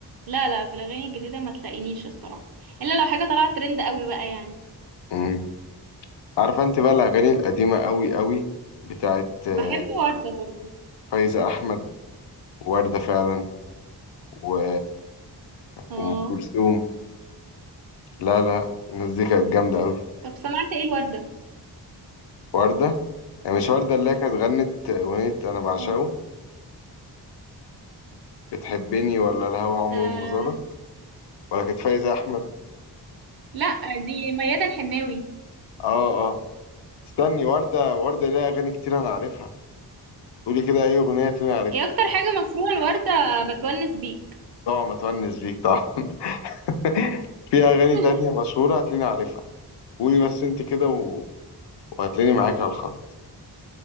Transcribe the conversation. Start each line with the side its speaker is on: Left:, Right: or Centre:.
Right: لا لا في الاغاني الجديده ما تلاقينيش الصراحه الا لو حاجه طلعت ترند قوي بقى يعني
Left: كده عارفه انت بقى الاغاني القديمه قوي قوي بتاعت آه،
Right: بحب ورده برضو
Left: فايزه احمد وورده فعلا و
Right: اه
Left: ام كلثوم لا لا الناس دي كانت جامده قوي
Right: طب سمعت ايه الورده
Left: ورده يعني مش ورده اللي هي كانت غنت اغنيه انا بعشقه
Right: اه
Left: بتحبني ولا الهوى عمره
Right: آه،
Left: ما زارك ولا كانت فايزه احمد
Right: لا دي ميادة الحناوي
Left: اه اه استني ورده ورده ليها اغاني كتير انا عارفها قولي كده اي اغنيه تلاقيني عارفها
Right: هي اكتر حاجه مسموعه الورده بتونس بيك
Left: طبعا ما تونس بيك طبعا <laughs> في اغاني
Right: <laughs>
Left: تانية مشهوره هتلاقيني عارفها قولي بس انت كده وهتلاقيني معاك على الخط